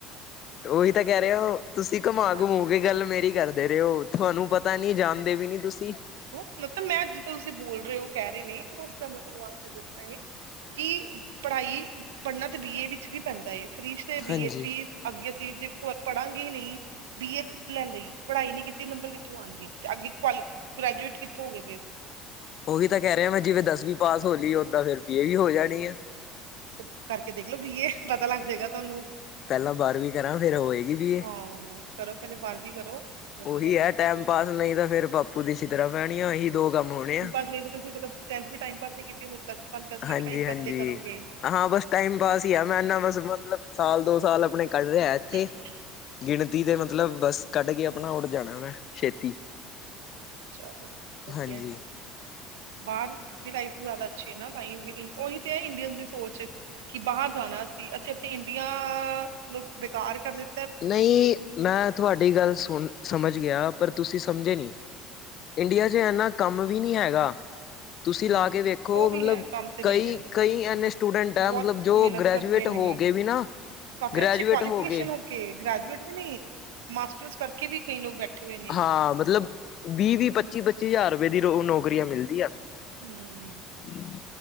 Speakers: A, on the left; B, on the right.
A: ਉਹੀ ਤਾਂ ਕਹਿ ਰਹੇ ਹੋ, ਤੁਸੀਂ ਘੁਮਾ-ਘੁਮੂ
B: ਹਾਂ
A: ਕੇ ਗੱਲ ਮੇਰੀ ਕਰਦੇ ਰਹੇ ਹੋ। ਤੁਹਾਨੂੰ ਪਤਾ ਨੀ ਜਾਣਦੇ ਵੀ ਨੀ ਤੁਸੀਂ।
B: ਪੁੱਤ ਮੈਂ ਜਿਸ ਤਰਾਂ ਤੁਸੀਂ ਬੋਲ ਰਹੇ ਹੋ ਕਹਿ ਰਹੇ ਨੇ ਮੈਂ ਉਸ ਦਾ ਤੈਨੂੰ ਆਂਸਰ ਦਿੱਤਾ ਏ। ਕੀ ਪੜ੍ਹਾਈ, ਪੜ੍ਹਨਾ ਤੇ ਬੀਏ ਵਿੱਚ ਵੀ ਪੈਂਦਾ ਹੈ, ਫ੍ਰੀ ਚ ਤੇ
A: ਹਾਂਜੀ
B: ਬੀਏ ਚ ਵੀ ਅੱਗੇ ਅਸੀਂ ਜ਼ੇ ਪੜਾਂਗੇ ਹੀ ਨਹੀਂ, ਬੀ ਏ ਲੈ ਲਈ, ਪੜ੍ਹਾਈ ਨਹੀਂ ਕੀਤੀ ਨੰਬਰ ਕਿੱਥੋਂ ਆਣਗੇ ਤੇ ਅੱਗੇ ਕੁਆਲੀ- ਗ੍ਰੈਜੂਏਟ ਕਿੱਥੋਂ ਹੋ ਗਏ ਫਿਰ
A: ਉਹੀ ਤਾਂ ਕਹਿ ਰਿਹਾ ਮੈਂ ਜਿਵੇਂ ਦਸਵੀਂ ਪਾਸ ਹੋਲੀ, ਓਦਾਂ ਫਿਰ ਬੀ ਏ ਵੀ ਹੋ ਜਾਣੀ ਆ।
B: ਤੋ ਕਰਕੇ ਦੇਖਲੋ ਬੀਏ, ਪਤਾ ਲੱਗ ਜਾਏਗਾ ਤੁਹਾਨੂੰ।
A: ਪਹਿਲਾਂ ਬਾਰਵੀਂ ਕਰਾਂ ਫੇਰ ਹੋਏਗੀ ਬੀਏ।
B: ਹਾਂ ਕਰੋ ਪਹਿਲੇ ਬਾਰਵੀਂ ਕਰੋ। ਵਧੀਆ
A: ਉਹੀ ਹੈ ਟੈਮ ਪਾਸ ਨਈ ਤਾਂ ਫੇਰ ਬਾਪੂ ਦੀ ਛਿੱਤਰਾਂ ਪੈਣੀਆਂ ਇਹੀ ਦੋ ਕੰਮ ਹੋਣੇ ਆ।
B: ਨਹੀ ਫਿਰ ਮਲਬ ਤੁਸੀਂ ਟੈਂਥ ਵੀ ਟਾਇਮ ਪਾਸ ਲਈ ਕੀਤੀ ਫਿਰ ਦਸ- ਪੱਲਸ ਵੰਨ-ਟੂ
A: ਹਾਂਜੀ-ਹਾਂਜੀ।
B: ਵੀ ਟਾਇਮ ਪਾਸ ਲਈ ਕਰੋਗੇ।
A: ਹਾਂ ਬਸ ਟਾਈਮ ਪਾਸ ਹੀ ਆ, ਮੈਂ ਇੰਨਾ ਬਸ ਮਤਲਬ ਸਾਲ ਦੋ ਸਾਲ ਆਪਣੇ ਕੱਢ ਰਿਹਾ ਇੱਥੇ।
B: <inaudible>
A: ਗਿਣਤੀ ਦੇ ਮਤਲਬ ਬਸ ਕੱਢ ਕੇ ਆਪਣਾ ਉੱਡ ਜਾਣਾ ਮੈਂ, ਛੇਤੀ।
B: ਚਲੋ, ਵਧੀਆ।
A: ਹਾਂਜੀ।
B: ਬਾਹਰ ਦੀ ਲਾਈਫ ਜ਼ਿਆਦਾ ਅੱਛੀ ਹੈ ਨਾ ਤਾਂ ਹੀ, ਉਹੀ ਤੇ ਹੈ ਇੰਡੀਅਨ ਦੀ ਸੋਚ ਕਿ ਬਾਹਰ ਜਾਣਾ ਅਸੀਂ, ਅਸੀਂ ਆਪਣੀ ਇੰਡੀਆ ਨੂੰ ਬੇਕਾਰ ਕਰ ਦਿੱ
A: ਨਹੀਂ, ਮੈਂ ਤੁਹਾਡੀ ਗੱਲ ਸੁਣ ਸਮਝ ਗਿਆ ਪਰ ਤੁਸੀਂ ਸਮਝੇ ਨੀ, ਇੰਡੀਆ ਚ ਇੰਨਾ ਕੰਮ ਵੀ ਨੀ ਹੈਗਾ। ਤੁਸੀਂ
B: ਹਮ
A: ਲਾ ਕੇ ਵੇਖੋ
B: ਉਹ ਵੀ
A: ਮਲਬ
B: ਹੈ ਕੰਮ ਤੇ
A: ਕਈ
B: ਨਹੀਂ ਹੈ
A: ਕਈ ਇੰਨੇ ਸਟੂਡੈਂਟ ਐ
B: ਬਹੁਤ
A: ਮਤਲਬ ਜੋ
B: ਮਿਹਨਤ
A: ਗ੍ਰੈਜੂਏਟ
B: ਕਰਦੇ ਨੇ
A: ਹੋ ਗੇ ਵੀ ਨਾ
B: ਕਾਫੀ
A: ਗ੍ਰੈਜੂਏਟ
B: ਅੱਛੀ ਕੁਆਲੀਫਿਕੇਸ਼ਨ
A: ਹੋ ਕੇ
B: ਕੇ ਗ੍ਰੈਜੂਏਟ ਵੀ ਨਹੀਂ, ਮਾਸਟਰਸ ਕਰਕੇ ਵੀ ਕਈ ਲੋਕ ਬੈਠੇ ਹੋਏ ਨੇ
A: ਹਾਂ ਮਤਲਬ, ਵੀਹ ਵੀਹ, ਪੱਚੀ ਪੱਚੀ ਹਜ਼ਾਰ ਰੁਪਏ ਦੀ ਰੋ ਨੌਕਰੀਆਂ ਮਿਲਦੀ ਆ। <inaudible>
B: ਹਮ